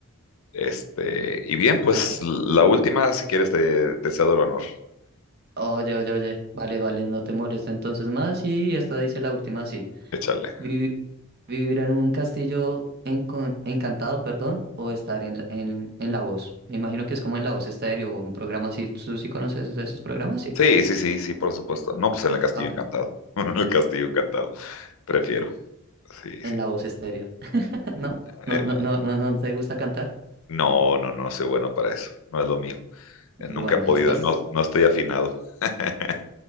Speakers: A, on the left (about 65°); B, on the right (about 45°).
A: Este, y bien, pues
B: A ver.
A: la última, si quieres, te, te cedo el honor,
B: Oye, oye, oye, vale, vale, no te molesta entonces más y esta dice la última, sí.
A: échale.
B: Vi- vivir en un castillo encon- encantado, perdón, o estar en, la- en, en La Voz. Me imagino que es como en La Voz Estéreo, un programa así. ¿Tú sí conoces de esos programas? Sí.
A: Sí, sí, sí, sí, por supuesto. No, pues en el Castillo
B: Acá,
A: Encantado, <laughs> en el Castillo Encantado, prefiero. Sí,
B: en
A: sí.
B: La Voz Estéreo. <laughs> ¿No? ¿No,
A: Eh,
B: no, no, no, no te gusta cantar?
A: No, no, no soy bueno para eso. No es lo mío. Eh,
B: Bueno,
A: Nunca he podido,
B: ahí estás.
A: no, no estoy afinado. <laughs>